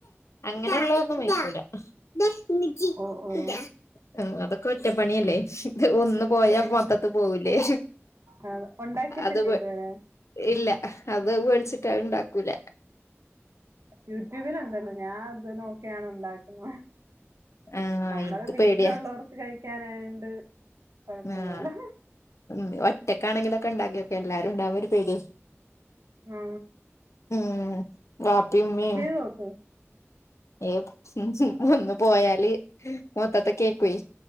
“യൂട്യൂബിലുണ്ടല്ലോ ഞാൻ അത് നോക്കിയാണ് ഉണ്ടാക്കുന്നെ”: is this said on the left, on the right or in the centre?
Right